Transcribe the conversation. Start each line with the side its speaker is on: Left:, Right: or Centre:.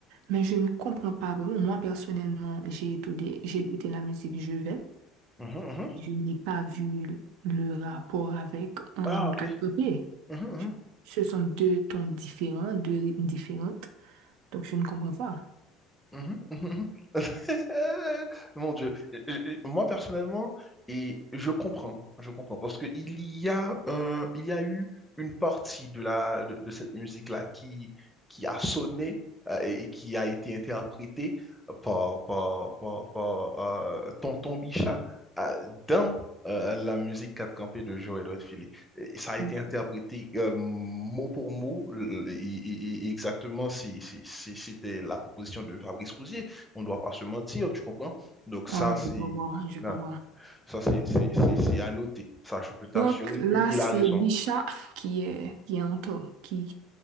Right: Mais je ne comprends pas vraiment. Moi, personnellement, j'ai écouté, j'ai écouté la musique Je vais.
Centre: Mhm, mhm.
Right: Je n'ai pas vu le rapport avec un
Centre: Ah, ok.
Right: quatre p
Centre: Mhm,
Right: Je- Ce sont deux tons différents, deux rythmes différentes. Donc, je ne comprends pas.
Centre: mhm, mhm, mhm. <laughs> Mon Dieu. Et- et- et Moi, personnellement, et je comprends, je comprends, parce que il y a, un- il y a eu une partie de la, de, de cette musique-là qui, qui a sonné euh, et et qui a été interprétée par, par, par, par, euh, Tonton Bichat euh, dans euh, la musique 4 campés de Joël Redfield. et ça a été
Right: Ok.
Centre: interprété euh, mot pour mot, l- et- et- et exactement si, si- si- si c'était la composition de Fabrice Rousier. On ne doit pas se mentir, tu comprends? Donc ça,
Right: Ah,
Centre: c'est
Right: je comprends, je
Centre: non,
Right: comprends.
Centre: ça, c'est c'est- c'est- c'est à noter. Ça, je peux t'assurer
Right: Donc là,
Centre: qu'il
Right: c'est
Centre: a raison.
Right: Bicha qui est, qui est en tort, qui,